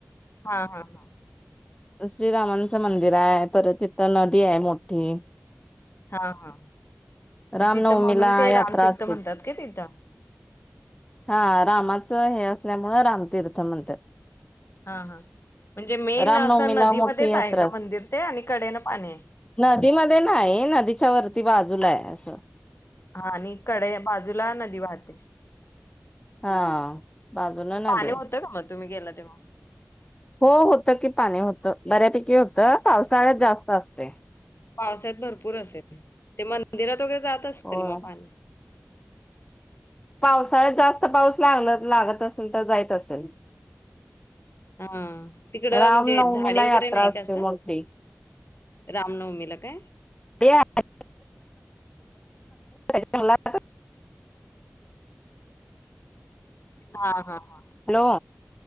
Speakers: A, on the left; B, on the left.
A: हा हा हा..
B: श्रीरामांचं मंदिर आहे परत इथं नदी आहे मोठी.
A: हा हा
B: रामनवमीला
A: तिथं म्हणून ते
B: यात्रा
A: रामतीर्थ
B: असते
A: म्हणतात का तिथं.
B: हा रामाचं हे असल्यामुळे रामतीर्थ. म्हणतात
A: हा हा.. म्हणजे मेन
B: रामनवमीला
A: असं नदीमध्येच
B: मोठी यात्रा
A: आहे का
B: असते
A: मंदिर ते आणि कडेनं पाणी आहे.
B: नदीमध्ये नाही नदीच्या वरती बाजूला आहे.
A: हा आणि कडे बाजूला नदी वाहते.
B: हा. बाजूला नदी
A: पाणी
B: आहे
A: होतं का मग तुम्ही गेले तेव्हा?
B: हो होत की पाणी होतं बऱ्यापैकी होतं पावसाळ्यात जास्त असते.
A: पावसात भरपूर असेल ते मंदिरात वगैरे जात असेल
B: हो
A: मग पाणी.
B: पावसाळ्यात जास्त पाऊस लाग लागत असेल तर जात असेल.
A: हा तिकडं
B: रामनवमीला
A: म्हणजे झाडे वगैरे
B: यात्रा
A: नाही
B: असते
A: का असं.
B: मोठी
A: रामनवमीला काय.
B: या. <inaudible> जंगलात
A: हा हा हा.
B: हॅलो